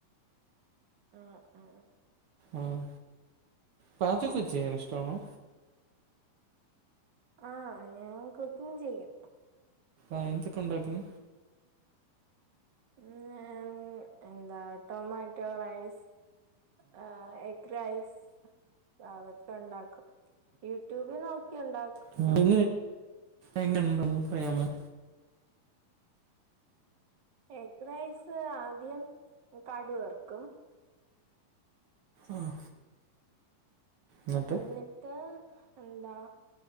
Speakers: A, on the right; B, on the right.
A: ആഹ് ആഹ്
B: ആഹ് പാചകക്കെ ചെയ്യാൻ ഇഷ്ടമാണോ
A: ആഹാ ഞാൻ കുക്കിംഗ്‌ ചെയ്യും
B: ആഹ് എന്തൊക്കെ ഉണ്ടാക്കും
A: ഉം ഞാൻ എന്താ ടൊമാറ്റോ റൈസ് ആഹ് എഗ്റൈസ് അതൊക്കെ ഉണ്ടാക്കും യൂട്യൂബ് നോക്കി ഉണ്ടാ
B: <unintelligible> എങ്ങനണ്ടന്ന് പറയാമോ
A: എഗ് റൈസ് ആദ്യം കടുക് വറക്കും
B: ആഹ് ന്നിട്ട്
A: ന്നിട്ട് എന്താ